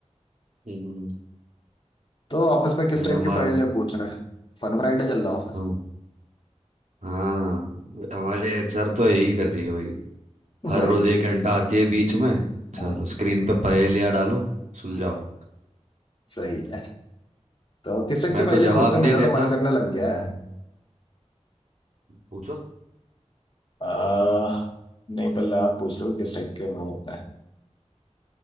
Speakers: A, on the right; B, on the left.
A: हम्म,
B: तो ऑफिस पे किस
A: भाई
B: टाइप
A: हमारा
B: की पहेलियां पूछ रहे हैं फन फ्राइडे चल रहा है ऑफिस
A: हम हाँ हमारे एचआर तो यही कर रही है भाई
B: उस
A: हर
B: भाई
A: रोज एक घंटा आती है बीच में चलो
B: हम्म,
A: स्क्रीन पे पहेलियां डालो सुलझाओ
B: सही है तो किस टाइप
A: मैं
B: की
A: तो
B: पहेलियां
A: जवाब
B: पूछते हैं
A: नहीं
B: मेरा
A: देता
B: तो मन करने लग गया है
A: पूछो
B: आ, नहीं पहले आप पूछ लो किस टाइप के वो होता है